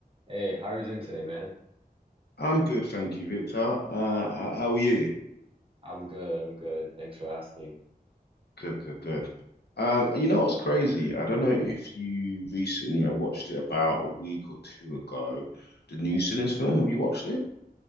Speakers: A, on the right (about 35°); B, on the left (about 85°).
A: Hey, how are you doing today, man?
B: I'm good, thank you, Victor. Uh, how, how are you?
A: I'm good. I'm good. Thanks for asking.
B: Good, good, good. Um, you know what's crazy? I don't know if you recently, I watched it about a week or two ago, the new Sinners film. Have you watched it? <sighs>